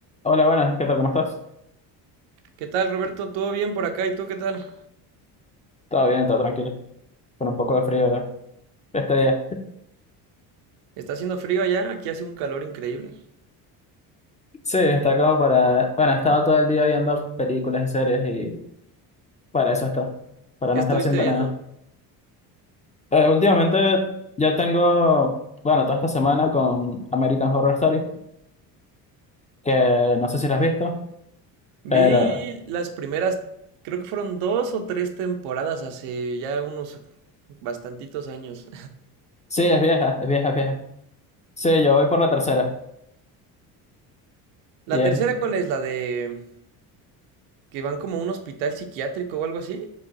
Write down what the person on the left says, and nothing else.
Hola, buenas, ¿qué tal? ¿Cómo estás?
Todo bien, todo tranquilo. Con un poco de frío eh, este día.
Sí, está como para... Bueno, he estado todo el día viendo películas y series y para eso está. Para
no
estar haciendo
nada. Eh, últimamente ya tengo... Bueno, toda esta semana con American Horror Story, que no sé si la has visto,
pero
sí, es vieja, es vieja, es vieja. Sí, yo voy por la tercera.
Y es-